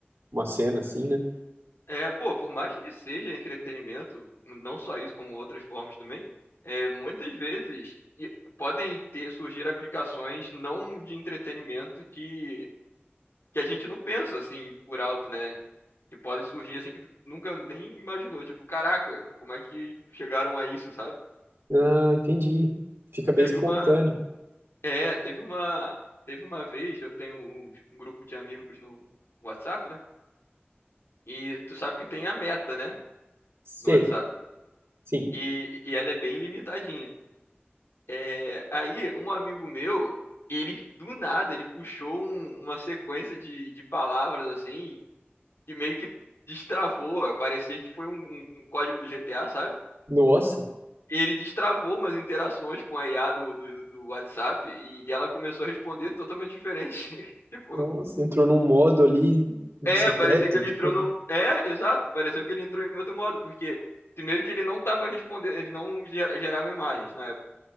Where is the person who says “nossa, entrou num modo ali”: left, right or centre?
Right